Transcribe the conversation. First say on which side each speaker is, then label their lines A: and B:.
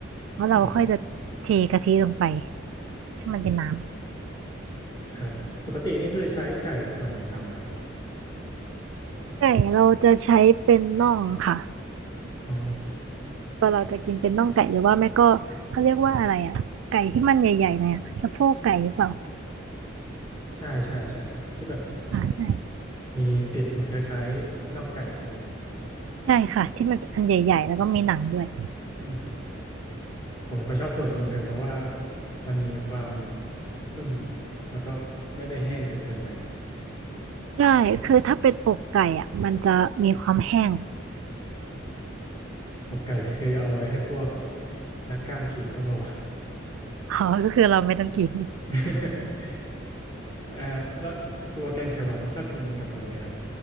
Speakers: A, on the right (about 80°); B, on the left (about 20°).
A: แล้วเราค่อยจะเทกะทิลงไป
B: อืม
A: ให้มันเป็นน้
B: ครับปกตินี่คือใช้ไก่ส่วนไหนทำอะครับ
A: ำไก่เราจะใช้เป็นน่องค่ะ
B: อ๋อ
A: ตัเราจะกินเป็นน่องไก่หรือว่าไม่ก็เขาเรียกว่าอะไรอ่ะไก่ที่มันใหญ่ๆเนี่อยอะสะโพกไก่หรือเปล่า
B: ใช่ใช่ใช่ที่แบบ
A: อ่าใช่
B: มีติดเหมือนคล้ายๆน่องไก่ใช่ไหม
A: ใช่ค่ะที่มันอันใหญ่ๆแล้วก็มีหนังด้วย
B: อืม ผมก็ชอบส่วนนี้เหมือนกันเพราะว่ามันมีความนุ่มแล้วก็ไม่ได้แห้งเกินเกินไป
A: ใช่คือถ้าเป็นอกไก่อ่ะมันจะมีความแห้ง
B: อกไก่นี่คือเอาไว้ให้พวก <laughs> นักกล้ามกินก็พอ
A: อ๋อก็คือเราไม่ต้องกิน
B: <laughs> เอ่อแล้วตัวแกงเขียวหวานนี่ชอบกินกับอะไรไหมครับ